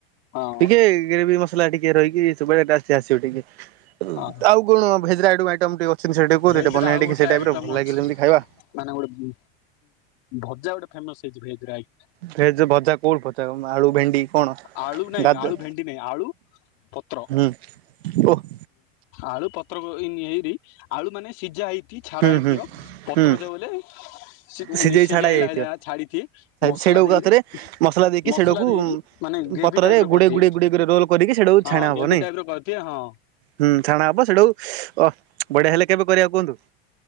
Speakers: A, on the left (about 55°); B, on the right (about 85°).
A: ହଁ
B: ଟିକେ ଗ୍ରେଭି ମସଲା ଟିକେ ରହିକି <unintelligible> ଆସିବ ଟିକେ,
A: ହଁ
B: ଆଉ କଣ <unintelligible> ଆଇଟମ୍ ଟିକେ ସେଟା କୁହ
A: ଭେଜ
B: ସେଟା ବନେଇବା
A: ର ଆଉ
B: ଟିକେ
A: ଗୋଟେ
B: ସେଇ
A: ଆଇଟମ
B: ଟାଇପ୍ ର ଭଲ
A: ଅଛି
B: ଲାଗେ ଯେମତି ଖାଇବା।
A: ମାନେ ଗୋଟେ ଭଜା ଗୋଟେ ଫେମସ୍ ହେଇଚି ଭେଜ୍ ର ଆଜ୍ଞା।
B: ଭେଜ ଭଜା କୋଉଟି <unintelligible> ଆଳୁ, ଭେଣ୍ଡି, କଣ
A: ଆଳୁ ନାଇଁ
B: ଗାଜର
A: ଆଳୁ ଭେଣ୍ଡି ନାଇଁ ଆଳୁ ପତ୍ର
B: ହୁଁ, ଓହ।
A: ଆଳୁ ପତ୍ରକୋବି ହେଇରି ଆଳୁ ମାନେ ସିଝା ହେଇକି ଛାଡା
B: ହୁଁ
A: ହେଇଥିବ।
B: ହୁଁ
A: ପତ୍ର
B: ହୁଁ
A: ଯୋଉହେଲେ ସେ
B: ସିଝେଇ
A: ମିଶି
B: ଛାଡା
A: ଯାଇଲା
B: ହେଇଯାଇଥିବ।
A: ଛାଡି ମସଲା
B: ସେଇଟାକୁ
A: ଦେଇକି
B: ଏକାଥରେ ଦେଇକି
A: ମସଲା
B: ସେଇଟାକୁ
A: ଦେଇରି ମାନେ ଗ୍ରେଭି
B: ପତ୍ରରେ
A: ଟାଇପ ର
B: ଗୁଡେଇ
A: କରିଦିଏ
B: ଗୁଡେଇ ଗୁଡେଇ ଗୁଡେଇ ରୋଲ କରିକି ସେଇଟାକୁ
A: ହଁ
B: ଛାଣା ହବ
A: ଗ୍ରେଭି
B: ନାଇଁ।
A: ଟାଇପ ର କରି ଏତେ ହଁ।
B: ହୁଁ ଛାଣା ହବ ସେଠାକୁ ଅହ ବଢିଆ ହେଲେ କେବେ କରିବା କୁହନ୍ତୁ?